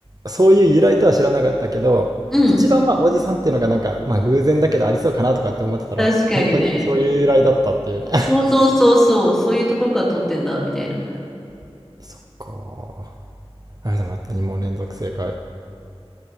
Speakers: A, on the right; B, in the centre.
A: そういう由来とは知らなかったけど、
B: うん。
A: 一番まあ、おじさんっていうのがなんか、まあ、偶然だけどありそうかなとかって思ってたら、
B: 確かにね。
A: 本当にそういう由来だったっていうね。
B: そうそうそうそう、そういうところから撮ってんだ、みたいな。
A: <laughs> そっか。あれでもやった、2問連続正解。